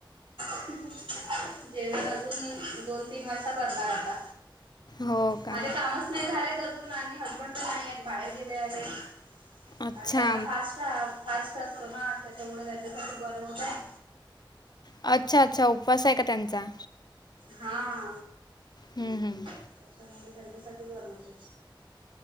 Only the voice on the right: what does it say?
जेवण अजून दोन तीन वाजता करणार आता.
माझे कामच नाही झालेत अजून आणि हसबंड पण नाही आहेत बाहेर गेले आहेत.
आणि त्यांना फास्ट फास्ट असतो ना त्याच्यामुळे त्यांच्यासाठी बनवत आहे.
हां.
त्याच्यामुळे त्यांच्यासाठी बनवते.